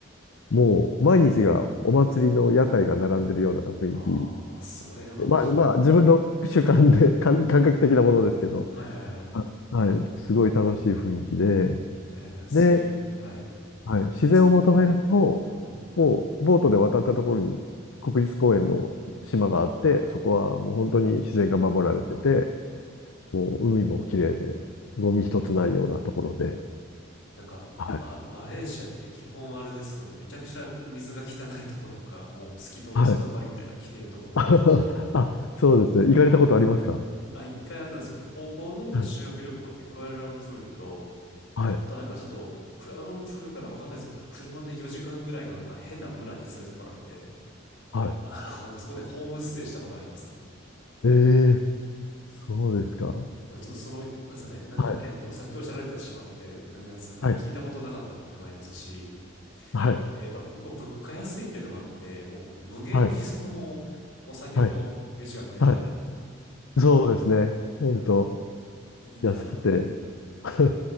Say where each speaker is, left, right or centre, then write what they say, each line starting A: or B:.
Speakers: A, on the left (about 80°); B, on the left (about 60°).
A: もう毎日がお祭りの屋台が並んでるような雰囲気。
B: ああ、それはも
A: まあ、まあ、自分の主観で、感、感覚的なものですけど、
B: う、はいはいはいはい。
A: あはい、すごい楽しい雰囲気で、
B: え、なんかそういう、
A: で、
B: はい。
A: はい、自然を求めると、
B: なんかそういう、うん。
A: もうボートで渡ったところに国立公園の島があって、そこはもう本当に自然が守られてて、もう海も綺麗で、ゴミ一つないようなところで、
B: なんか、
A: はい。
B: マ、マレーシアって基本あれですよね。めちゃくちゃ水が汚いところか、もう透き通、
A: はい。
B: それこそバリみたいな綺麗なとこもありますし。
A: <laughs> あ、そうですね。行かれたことありますか
B: あ、一回あれなんですよ。高校の時の修学旅行でクアラルンプールと、
A: はい。はい。
B: あとなんかちょっと、クアラルンプールからわかんないですけど、車で4時間ぐらいのなんか変な村に連れてこられて、
A: はい。
B: あの、なんかそこでホームステイしたことありますね。
A: ええそうですか。
B: でもちょっとその、なんですかね、な、な、
A: はい。
B: えっと、さっきおっしゃられてた島って、なんかなんですかね、
A: はい。
B: 聞いたことなかったっていうのもありますし、
A: はい。
B: えやっぱ向こう物価安いっていうのもあって、もう無限にそのお酒と飯が食えるじゃないですか。
A: はい。はい。はいそうですね。本当
B: いや、いいな
A: 安くて。<laughs>